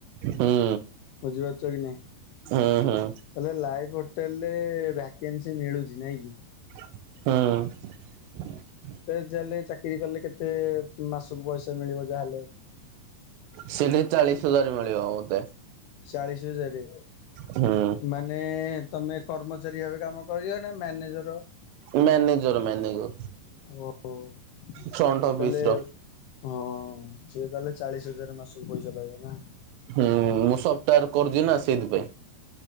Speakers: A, on the right (about 80°); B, on the left (about 80°).
A: ହୁଁ
B: ବୁଝିପାରୁଛ କି ନାହିଁ?
A: ହୁଁ ହୁଁ।
B: ତାହେଲେ ଲାଇଫ ହୋଟେଲରେ ଭ୍ୟାକେନ୍ସି ମିଳୁଛି ନାଇଁ କି?
A: ହଁ।
B: ତ ଯା ହେଲେ ଚାକିରି କଲେ କେତେ ମାସକୁ ପଇସା ମିଳିବ ଯାହେଲେ।
A: ସେଠି ଚାଳିଶ ହଜାର ମିଳିବ ମତେ।
B: ଚାଳିଶ ହଜାର
A: ହୁଁ
B: ମାନେ ତମେ କର୍ମ ଚାରୀ ଭାବେ କାମ କରିବ ନା ମ୍ୟାନେଜର?
A: Manager manager.
B: ଓ ତାହେଲେ
A: ଫ୍ରଣ୍ଟ ଅଫିସ ର
B: ହଁ ସେ ତାହେଲେ ଚାଳି ଶ ହଜାର ମାସୁକୁ ପଇସା ପାଇବ ନା।
A: ହୁଁ- ମୁଁ ସଫ୍ଟୱାୟର କରୁଛି ନା ସେଇଥିପାଇଁ।